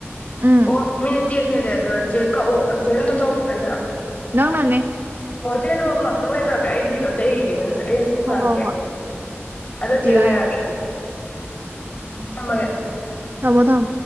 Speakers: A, on the right; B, on the left.
A: ꯎꯝ
B: ꯑꯣ ꯃꯤꯅꯠ ꯇꯦꯟ ꯍꯦꯜꯂꯦ ꯑꯗꯣ ꯆꯦꯛ ꯀꯛꯑꯣ ꯆꯦꯛ ꯑꯝꯇ ꯇꯧꯔꯛꯄꯗꯣ ꯑꯩꯅꯗꯣ
A: ꯅꯪꯅꯅꯦ
B: ꯑꯣ ꯆꯦ ꯑꯗꯨꯣ ꯉꯥꯛꯇꯪꯅꯦ ꯇꯧꯒꯦ ꯑꯩꯗꯤ ꯑꯝꯇ ꯏꯒꯦ ꯑꯩꯟ ꯁꯤ
A: ꯍꯣꯏ
B: ꯀ꯭ꯂꯥꯁ
A: ꯍꯣꯏ
B: ꯀꯦ
A: ꯍꯣꯏ
B: ꯑꯗ ꯆꯦꯂ
A: ꯏꯔꯣ
B: ꯍꯥꯏꯔꯛꯑꯒꯦ
A: ꯏꯔꯣ
B: ꯎꯝ ꯊꯃꯒ
A: ꯆꯃꯗꯝ